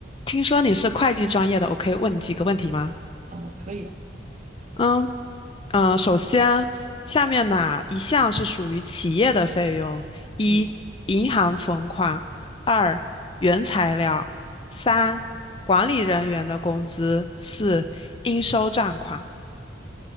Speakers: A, on the left (about 25°); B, on the right (about 40°).
A: 听说你是会计专业的，我可以问你几个问题吗？
B: 哦，可以啊，
A: 嗯嗯，呃首先，下面哪一项是属于企业的费用？一、
B: 嗯，
A: 银行存款；二、原材料；三、管理人员的工资；四、应收账款。